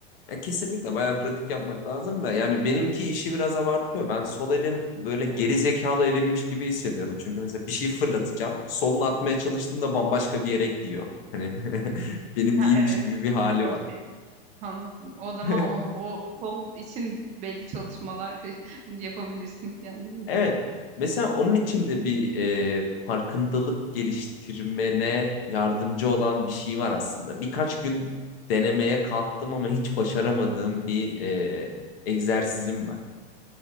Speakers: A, on the left (about 65°); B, on the right (about 25°).
A: Ya kesinlikle bayağı pratik yapmak lazım da yani benimki işi biraz abartıyor. Ben sol elim böyle geri zekalı elimmiş gibi hissediyorum. Çünkü mesela bir şey fırlatacağım. Solla atmaya çalıştığımda bambaşka bir yere gidiyor. Hani <laughs> benim
B: Ha,
A: değilmiş
B: evet
A: gibi bir hali
B: o
A: var.
B: şey gibi. anladım. O zaman
A: <laughs>
B: o, o sol için belli çalışmalar <laughs> yapabilirsin kendin için.
A: Evet. Mesela onun için de bir e, farkındalık geliştirmene yardımcı olan bir şey var aslında. Birkaç gün denemeye kalktım ama hiç başaramadığım bir e, egzersizim var.